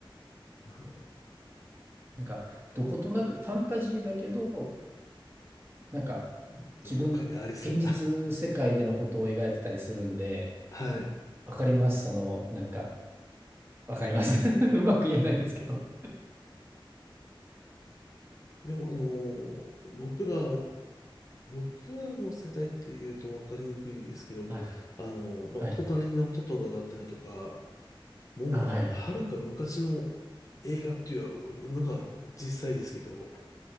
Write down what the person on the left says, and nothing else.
や
どこかにありそうな。
<laughs> はい。
でもあの、僕ら、僕らの世代っていうと分かりにくいですけど、
あの、まあ、
隣のトトロだったりとか、もう、
はるか昔の映画っていうのが実際ですけど、